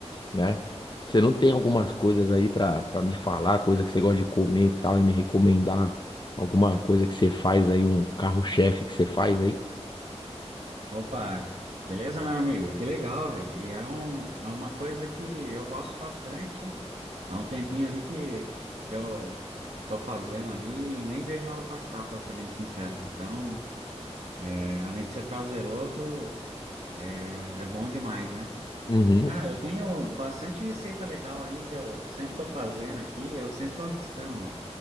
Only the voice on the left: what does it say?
né? Você não tem algumas coisas aí pra, pra me falar, coisa que você gosta de comer e tal, e me recomendar alguma coisa que você faz aí, um carro-chefe que você faz aí?
Uhum.